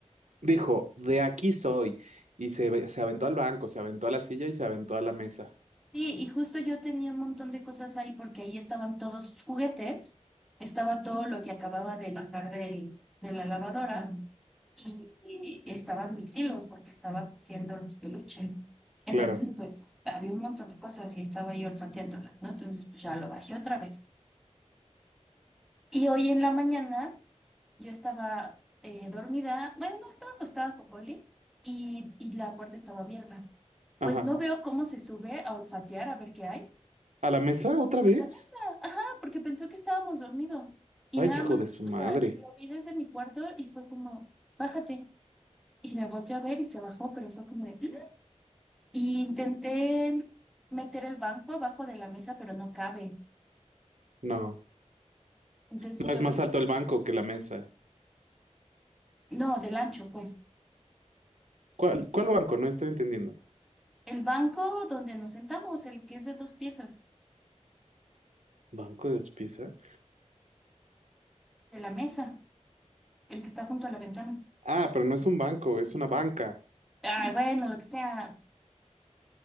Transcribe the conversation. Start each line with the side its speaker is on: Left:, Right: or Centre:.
Right: Dijo, de aquí soy. Y se, ve- se aventó al banco, se aventó a la silla y se aventó a la mesa.
Centre: Sí, y justo yo tenía un montón de cosas ahí porque ahí estaban todos sus juguetes, estaba todo lo que acababa de bajar del- de la lavadora y y estaban mis hilos porque estaba cosiendo los peluches. Entonces,
Right: Claro.
Centre: pues había un montón de cosas y estaba yo olfateándolas, ¿no? Entonces, pues ya lo bajé otra vez. Y hoy en la mañana Yo estaba eh, dormida, bueno, no, estaba acostada con Oli y, y la puerta estaba abierta.
Right: Ajá.
Centre: Pues no veo cómo se sube a olfatear a ver qué hay.
Right: ¿A la mesa otra vez?
Centre: A la mesa, ajá, porque pensó que estábamos dormidos. Y
Right: Ay,
Centre: nada
Right: hijo
Centre: más,
Right: de su madre.
Centre: o sea, y lo vi desde mi cuarto y fue como, bájate. Y me volteó a ver y se bajó, pero fue como de... <gasps> "Ah". Y intenté meter el banco abajo de la mesa, pero no cabe.
Right: No.
Centre: Entonces
Right: No
Centre: yo
Right: es más
Centre: creo
Right: alto
Centre: que...
Right: el banco que la mesa.
Centre: No, del ancho, pues.
Right: ¿Cuál, cuál banco? No estoy entendiendo.
Centre: El banco donde nos sentamos, el que es de dos piezas,
Right: ¿Banco de dos piezas?
Centre: de la mesa. el que está junto a la ventana.
Right: Ah, pero no es un banco, es una banca.
Centre: ah bueno, lo que sea.